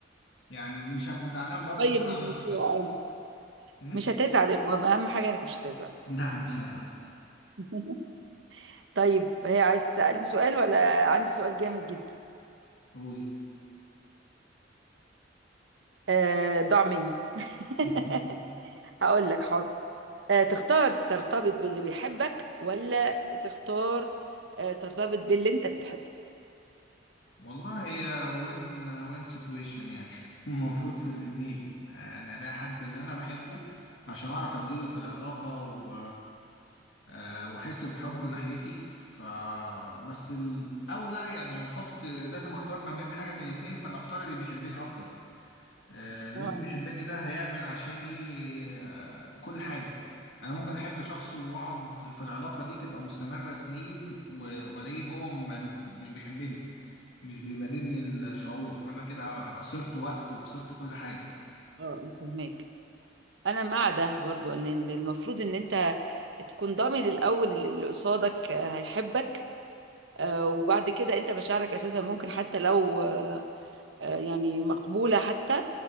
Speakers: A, on the left; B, on the right.
A: يعني مش هبقى زعلان برضه
B: قيم
A: ان انا
B: الموضوع
A: عملت كده
B: اه
A: أمم؟
B: مش هتزعل المهم اهم حاجه انك مش هتزعل
A: لا مش هزعل
B: <laughs> طيب هي عايز تسالني سؤال ولا عندي سؤال جامد جدا
A: قولي
B: آه ضاع مني <laughs>
A: <laughs>
B: هقول لك حاضر آه تختار ترتبط باللي بيحبك ولا تختار آه ترتبط باللي انت بتحبه
A: والله هي وين وين سيتويشن يعني <laughs> المفروض في الاتنين يعني الاقي حد اللي انا بحبه عشان اعرف اديله في العلاقة و... آه، واحس بحبه ناحيتي ف بس الاولى يعني هنحط لازم اختار ما بين حاجه من الاتنين فانا اختار اللي بيحبني اكتر آه، لان
B: اه
A: اللي بيحبني ده هيعمل عشاني آه، كل حاجه انا ممكن احب شخص واقعد في العلاقه دي تبقى مستمره سنين و- والاقيه هو ما- مش بيحبني مش بيبادلني الشعور فانا كده خسرت وقت وخسرت كل حاجه
B: اه فهمك انا مع ده برضو ان إن المفروض ان انت تكون ضامن الاول اللي اللي قصادك آه، هيحبك آه، وبعد كده انت مشاعرك اساسا ممكن حتى لو آه، آه، يعني مقبولة حتى